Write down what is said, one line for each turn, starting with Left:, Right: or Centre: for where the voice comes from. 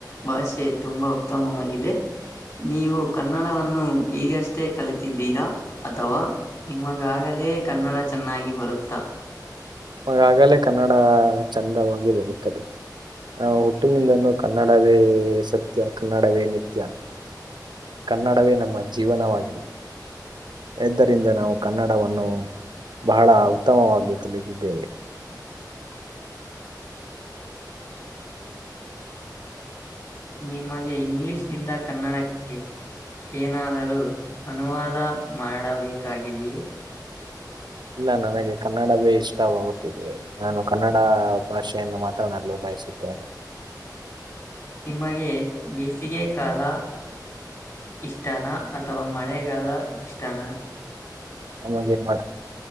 Left: ಭಾಷೆ ತುಂಬಾ ಉತ್ತಮವಾಗಿದೆ. ನೀವು ಕನ್ನಡವನ್ನು ಈಗಷ್ಟೇ ಕಲಿತಿದ್ದೀರಾ ಅಥವಾ ನಿಮಗಾಗಿ. ನನಗೆ ಕನ್ನಡ ಚೆನ್ನಾಗಿ ಬರುತ್ತ.
Right: ವಾಗಲೇ ಕನ್ನಡ ಚಂದವಾಗಿ ಬರುತ್ತದೆ. ನ ಹುಟ್ಟಿನಿಂದನೂ ಕನ್ನಡವೇ ಸತ್ಯ ಕನ್ನಡವೇ ನಿತ್ಯ. ಕನ್ನಡವೇ ನಮ್ಮ ಜೀವನವಾಗಿದೆ. ಎಂದ್ದರಿಂದ ನಾವು ಕನ್ನಡವನ್ನು ಬಹಳ ಉತ್ತಮವಾಗಿ ಕಲಿದಿದ್ದೇವೆ.
Left: ನಿಮಗೆ ಇಂಗ್ಲಿಷ್ನಿಂದ ಕನ್ನಡಕ್ಕೆ. ಏನಾದರೂ ಅನುವಾದ ಮಾಡಬೇಕಾಗಿದೆಯೇ.
Right: ಇಲ್ಲ ನನಗೆ ಕನ್ನಡವೇ ಇಷ್ಟವಾಗುತ್ತಿದೆ ನಾನು ಕನ್ನಡ ಭಾಷೆಯನ್ನು ಮಾತನಾಡಲಿಕ್ಕೆ ಬಯಸುತ್ತೇನೆ
Left: ನಿಮಗೆ ಬೇಸಿಗೆ ಕಾಲ. ಇಷ್ಟಾನ ಅಥವಾ ಮಳೆಗಾಲ ಇಷ್ಟಾನ.
Right: ನಮಗೆ ಮ